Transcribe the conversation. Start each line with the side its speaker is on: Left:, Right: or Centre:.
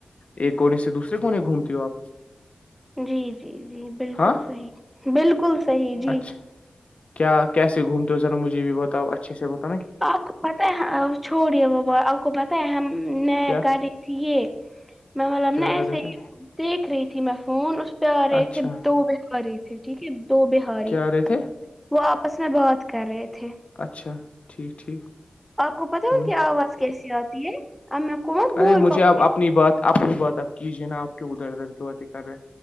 Left: ایک کونے سے دوسرے کونے گھومتی ہو آپ
Centre: جی جی جی بالکل
Left: ہاں
Centre: صحیح بالکل صحیح جی
Left: اچھا کیا کیسے گھومتے ہو ذا مجھے یہ بھی بتاؤ اچھے سے بتاؤ
Centre: آپ کو پت ہے چھوڑیے وہ آپ کو پت ہے ہم ن
Left: کیا
Centre: کری ت یہ میں مطلب
Left: کیا
Centre: نا
Left: کر
Centre: ایسے
Left: رہے تھے
Centre: دیکھ رہی تھی میں فون اس پیارے
Left: اچھا
Centre: ا تھے دو بہارے تھے ٹھیک ہے دو بار
Left: کیا
Centre: سی
Left: رہے تھے
Centre: وہ آپس میں بہات کر رہے تھے <unintelligible>
Left: اچھا ٹھیک ٹھیک
Centre: آپ کو پتا ہے
Left: ہ
Centre: ان کی آواز کیسی آتی ہے اب کو مت
Left: ارے
Centre: بول
Left: مجھے
Centre: پاؤں
Left: اپ اپنی بات اپنی بات اب کیجیے نا آپ کیوں ادھر ادھر کی بات کر رہے